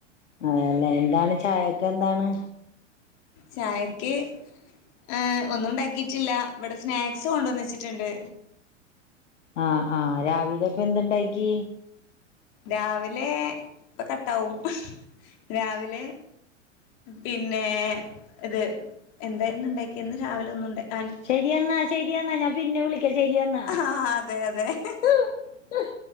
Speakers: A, on the left; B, on the left.
A: അതെയല്ലേ എന്താണ് ചായൊക്കെ എന്താണ്
B: ചായക്ക്- ആഹ് ഒന്നുംണ്ടാക്കിട്ടില്ല ഇവിടെ സ്നാക്സ് കൊണ്ടുവന്നച്ചിട്ടുണ്ട്
A: ആഹ് ആഹ് രാവിലെ അപ്പ എന്തുണ്ടായിക്കി
B: രാവിലെ ഇപ്പൊ കട്ടാവും രാവിലെ പിന്നെ ഇത് എന്തായിരുന്നു ഉണ്ടാക്കിന്ന് രാവിലെ ഒന്നുണ്ട-
A: ശരിയെന്നാ ശരി എന്നാ ഞാൻ പിന്നെ വിളിക്കാം ശരിയെന്നാ
B: ആഹ് അതെ അതെ
A: ഹ്ഹ്